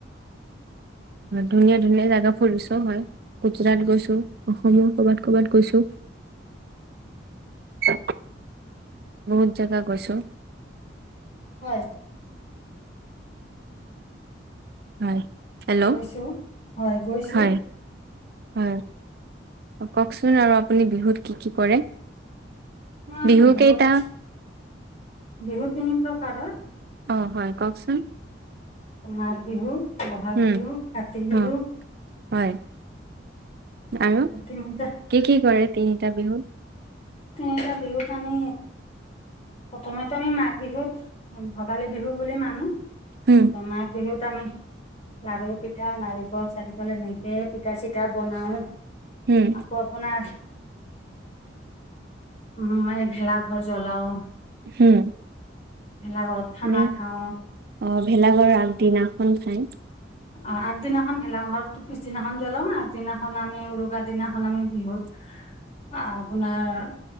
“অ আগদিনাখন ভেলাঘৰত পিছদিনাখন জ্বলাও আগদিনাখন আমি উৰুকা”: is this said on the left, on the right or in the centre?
Left